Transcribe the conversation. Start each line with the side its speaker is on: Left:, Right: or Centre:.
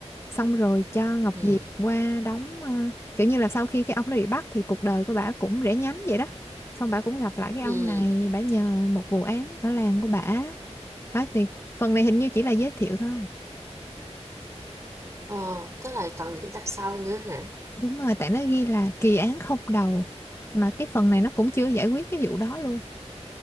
Left: xong rồi cho Ngọc
Right: ừ,
Left: Diệp qua đóng ờ, kiểu như là sau khi cái ông đó bị bắt thì cuộc đời của bả cũng rẽ nhánh vậy đó xong bả cũng gặp lại cái
Right: ừ,
Left: ông này bả nhờ một vụ án ở làng của bả hết thì phần này hình như chỉ là giới thiệu thôi
Right: ờ, tức là còn những tập sau nữa hả?
Left: đúng rồi tại nó ghi là kỳ án không đầu mà cái phần này nó cũng chưa giải quyết cái vụ đó luôn